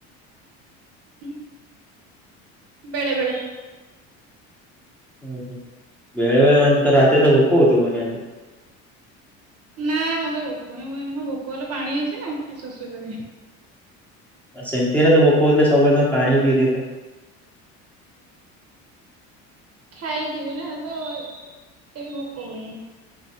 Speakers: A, on the right (about 45°); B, in the centre.
A: ଉଁ ବେଳେବେଳେ
B: ହୁଁ ହୁଁ ବେଳେବେେଳେ ମାନେ ତ ରାତିରେ ତ ଭୋକ ହଉଥିବ ନିହାତି।
A: ନାଁ ମତେ ଭୋକ ହିଁ ହୁଏନି ହଁ ଭୋକ ହେଲେ ପାଣି ଅଛି ନା କି ଶୋଷ କରେ।
B: ଆ ସେମିତି ହେଲେ ତ ଭୋକ ହଉଥିଲେ ସବୁବେଳେ ତମେ ପାଣି ପିଇଦିଅନ୍ତ।
A: ଖାଇଥିବି ନା ତ ଏତେ ବି ଭୋକ ହୁଏନି।